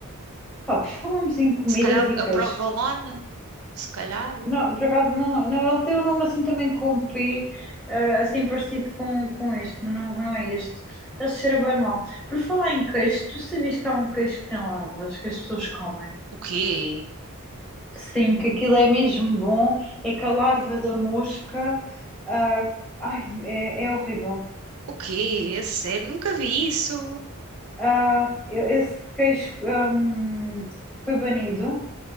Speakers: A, in the centre; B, on the right.
A: pá, por falarmos em comidas
B: Se calhar
A: e queijo,
B: a provolone, se calhar.
A: Não, por acaso, não, não, ele tem um nome assim também com P, eh, assim parecido com, com este, mas não, mas não é este. Ele cheira bem mal. Por falar em queijo, tu sabias que há um queijo que tem larvas, que as pessoas comem?
B: O quê?
A: Sim, que aquilo é mesmo bom, é que a larva da mosca, ah, ai, é, é horrível.
B: O quê? A sério? Nunca vi isso.
A: Ah, eu- esse queijo, hum, foi banido.